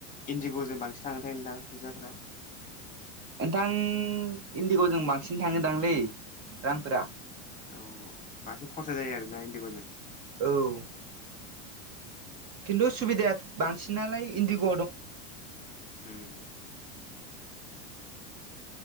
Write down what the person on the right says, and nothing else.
नोंथां इन्दिग'जों बांसिन थाङोदांलै रांफोरा
औ। खिन्थु सुबिदाया बांसिन नालाय इन्दिग'